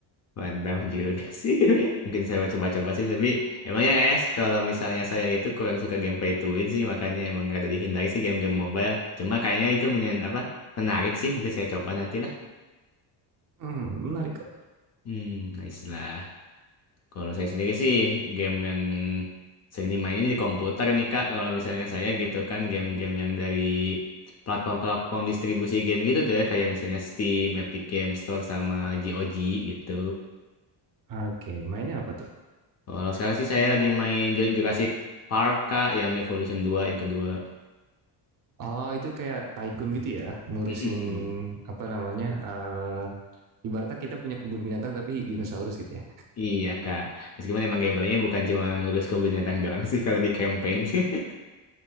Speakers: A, on the left; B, on the right.
A: mantap juga sih. <laughs> Ya. Mungkin saya coba-coba sih, tapi emangnya ya kalau misalnya saya itu kurang suka gameplay tuin sih, makanya emang ada dihindari sih game-game mobile. Cuma kayaknya itu menyen apa menarik sih, mungkin saya coba nantilah.
B: Hmm, menarik kok.
A: Hmm, nice lah. Kalau saya sendiri sih game yang sering dimainin di komputer nih Kak. Kalau misalnya saya gitu kan game-game yang dari platform-platform distribusi game gitu deh. Kayak misalnya Steam, Epic Game Store, sama GOG gitu.
B: Oke, mainnya apa tuh?
A: Kalau sekarang sih saya lagi main Ju- Jurassic Park Kak, yang Evolution dua yang kedua.
B: Oh, itu kayak tycoon gitu ya, ngurusin
A: Mm-mm.
B: apa namanya? eh ibaratnya kita punya kebun binatang tapi dinosaurus gitu ya.
A: Iya Kak. Meskipun emang gameplaynya bukan cuma ngegas ke binatang doang sih kalau di campaign. <laughs>